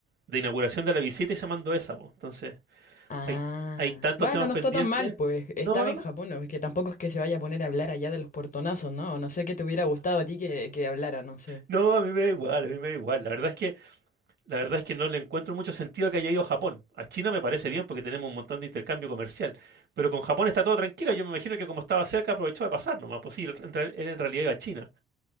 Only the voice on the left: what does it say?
Ah,
bueno,
no
está tan mal, pues estaba
en Japón, ¿no? Es que tampoco es que se vaya a poner a hablar allá de los portonazos, ¿no? No sé qué te hubiera gustado a ti que, que hablara, no sé.